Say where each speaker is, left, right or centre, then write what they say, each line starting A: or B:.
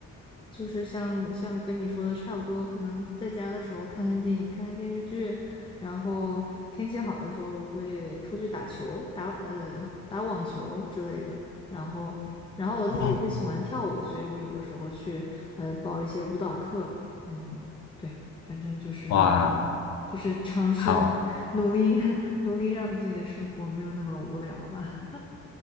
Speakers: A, on the left (about 15°); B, on the left (about 65°).
A: 就是像像跟你说的差不多，可能在家的时候看看电影、看看电视剧，然后天气好的时候我会出去打球、打呃打网球之类的，然后然后我自己会喜欢跳舞，
B: 哦
A: 所以我有的时候去呃报一些舞蹈课，嗯，对，反正就是
B: 哇，
A: 就是尝试努力
B: 好。
A: <laughs> 努力让自己的生活没有那么无聊吧。